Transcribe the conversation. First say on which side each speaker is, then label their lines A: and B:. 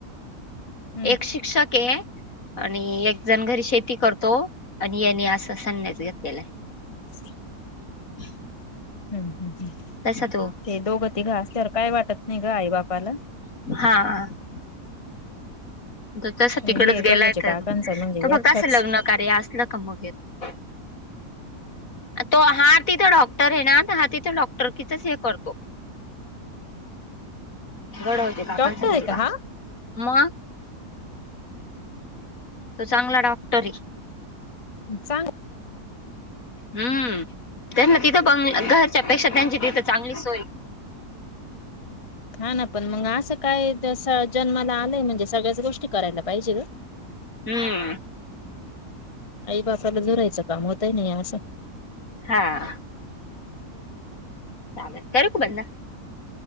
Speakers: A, on the left; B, on the left.
A: हम्म
B: एक शिक्षक ए आणि एक जण घरी शेती करतो आणि याने असा संन्यास घेतलेलाय.
A: <unintelligible>
B: <inaudible>
A: हम्म हम्म
B: आहे तसा तो
A: ते दोघं तिघं असल्यावर काय वाटत नाही ग आई बापाला
B: हा तो तसं
A: पण
B: तिकडंच
A: हे
B: गेलाय
A: गडूचे
B: तर
A: काकांचा
B: तो
A: म्हणजे एकटाच
B: फक्त असं लग्न कार्य असलं का मग येतो तो हा तिथं डॉक डाॅक्टर आहे ना तर हा तिथं डॉक्टरकीचच हे करतो घडवतो काकांचा
A: डॉक्टर
B: मुलगा
A: आहे का हा?
B: मग तो चांगला डॉक्टर आहे
A: चांग
B: हम्म त्यांना तिथं बंगला घरच्या पेक्षा त्यांची तिथं चांगली सोय आहे
A: हा ना पण मग असं काय जन्माला आलंय म्हणजे सगळ्याच गोष्टी करायला पाहिजे गं
B: हम्म
A: आई बापाला झुरायचं काम होतय नी हे असं
B: हा चालल करू का बंद?